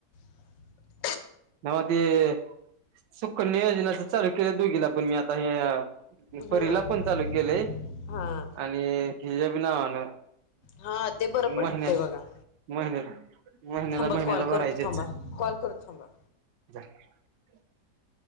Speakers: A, on the left; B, on the right.
A: <inaudible>
B: म म ते <inaudible> सुख नियोजनाच चालू केले दुघीला पण मी आता हे.
A: हा
B: परीला पण चालू केले
A: हा
B: <inaudible> आणि हिजबी नावान <inaudible>
A: हा ते बरं पडते
B: महिन्याला
A: बघा
B: महिन्याला महिन्याला
A: थांबा
B: महिन्याला
A: कॉल करत
B: भरायचेच
A: थांबा कॉल करत थांबा.
B: <unintelligible>